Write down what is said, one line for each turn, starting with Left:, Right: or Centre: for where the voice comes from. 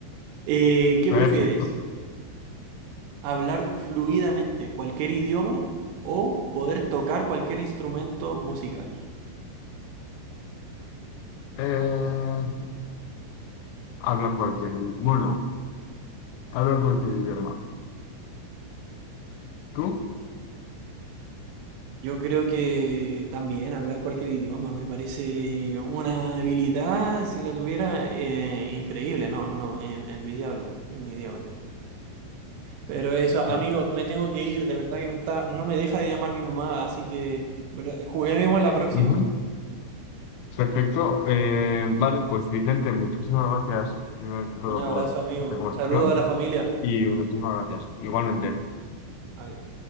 Right: Eh, ¿qué
Left: Perfecto.
Right: prefieres? hablar fluidamente cualquier idioma o poder tocar cualquier instrumento musical.
Left: Eh, hablar cualquier idi- Bueno, hablar cualquier idioma. ¿Tú?
Right: Yo creo que también hablar cualquier idioma me parece una habilidad, si la tuviera, eh, increíble, no, no, en- envidiable, envidiable. Pero eso, amigo,
Left: Sí.
Right: me tengo que ir, de verdad que me está, no me deja de llamar mi mamá, así que bueno, juguemos a la próxima.
Left: Ujú. Perfecto. Eh, vale, pues Vicente, muchísimas gracias primero de todo
Right: Un abrazo,
Left: por
Right: amigo.
Left: esta conversación
Right: Saludo a la familia.
Left: y muchísimas gracias. Igualmente.
Right: Vale.